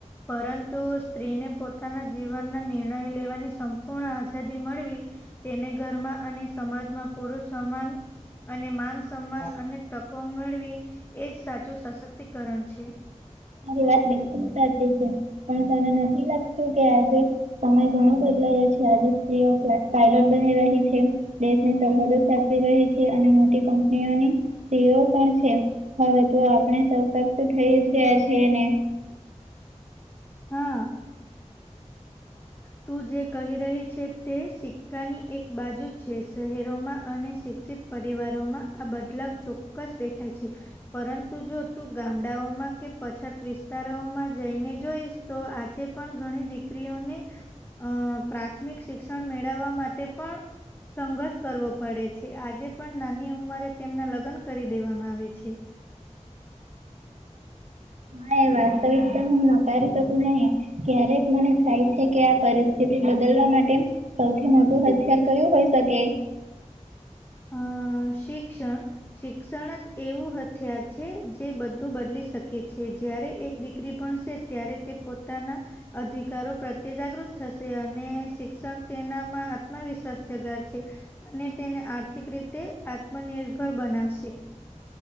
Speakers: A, on the left (about 15°); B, on the right (about 70°).
A: પરંતુ સ્ત્રીને પોતાના જીવનના નિર્ણય લેવાની સંપૂર્ણ આઝાદી મળવી તેને ઘરમાં અને સમાજમાં પુરુષ સમાન અને માન સન્માન અને તકો મેળવી એજ સાચું સશક્તિકરણ છે.
B: મારી વાત બિલકુલ સાચી છે પણ તને નથી લાગતું કે આજે સમય ઘણો બદલાયો છે. આજે સ્ત્રીઓ બ્લા પાયલોટ બની રહી છે. દેશની સહમદો સ્થાપી રહી છે અને મોટી કંપનીઓની સીઓ પણ છે. હવે તો આપણે સશક્ત થઈ જ ગયા છે ને
A: હા. તું જે કહી રહી છે તે સિક્કાની એક બાજુ છે. શહેરોમાં અને શિક્ષિત પરિવારોમાં આ બદલાવ ચોક્કસ દેખાય છે. પરંતુ જો તું ગામડાઓમાં કે પછાત વિસ્તારોમાં જઈને જોઈશ તો આજે પણ ઘણી દીકરીઓને અહ પ્રાથમિક શિક્ષણ મેળવવા માટે પણ સંઘર્ષ કરવો પડે છે. આજે પણ નાની ઉંમરે તેમના લગ્ન કરી દેવામાં આવે છે.
B: હા એ વાસ્તવિકતા હું નકારી શકુ નહી. ક્યારેક મને થાય છે કે આ પરિસ્થિતિ બદલવા માટે સૌથી મોટું હથિયાર કર્યું હોય શકે?
A: હ અહ શિક્ષણ શિક્ષણ જ એવું હથિયાર છે જે બધું બદલી શકે છે. જયારે એક દીકરી ભણશે ત્યારે તે પોતાના અધિકારો પ્રત્યે જાગૃત થશે અને શિક્ષણ તેનામાં આત્મવિશ્વાસ જગાડશે. અને તેને આર્થિક રીતે આત્મનિર્ભર બનાવશે.